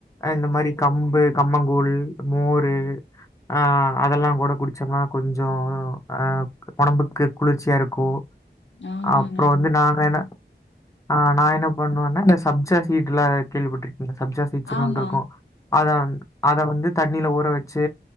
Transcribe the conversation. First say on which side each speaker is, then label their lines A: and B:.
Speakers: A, on the left; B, on the left.
A: இந்த மாரி கம்பு கம்மங்கூழ் மோரு ஆ அதெல்லா கூட குடிச்சோம்னா கொஞ்சோ அ ஒடம்புக்கு குளிர்ச்சியா இருக்கூ
B: ஆமாங்க
A: அப்றோ
B: ஆமா
A: வந்து நாங்க
B: ம்
A: என்ன ஆ நா என்ன பண்ணுவனா இந்த சப்ஜா சீடுல கேள்விப்பட்டிருக்கீங்ளா சப்ஜா சீட்ஸ்னு
B: ஆமா
A: ஒன்று இருக்கூ அத அத வந்து தண்ணில ஊற வச்சு